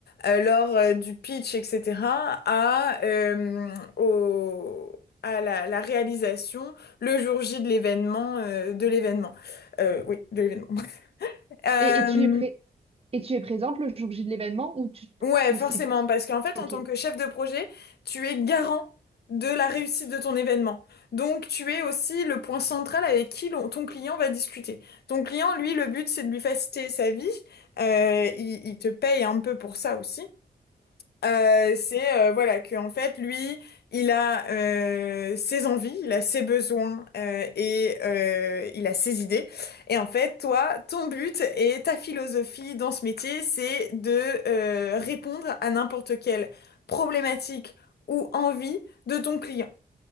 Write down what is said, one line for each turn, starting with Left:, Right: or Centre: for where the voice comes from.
Left: euh, lors euh, du pitch, etc., à, euh, au- à la, la réalisation le jour J de l'événement, euh, de l'événement. Euh, oui, de l'événement. <laughs> Euh,
Right: Et, et tu es prêt? Et tu es présente le jour J de l'événement ou tu
Left: Ouais,
Right: ou
Left: forcément,
Right: c'est
Left: parce qu'en fait,
Right: ok.
Left: en tant que chef de projet, tu es garant de la réussite de ton événement. Donc, tu es aussi le point central avec qui l'on- ton client va discuter. Ton client, lui, le but, c'est de lui faciliter sa vie. Euh, il, il te paye un peu pour ça aussi. Euh, c'est euh, voilà que en fait lui il a euh, ses envies il a ses besoins euh, et euh, il a ses idées et en fait toi ton but et ta philosophie dans ce métier c'est de euh, répondre à n'importe quelle problématique ou envie de ton client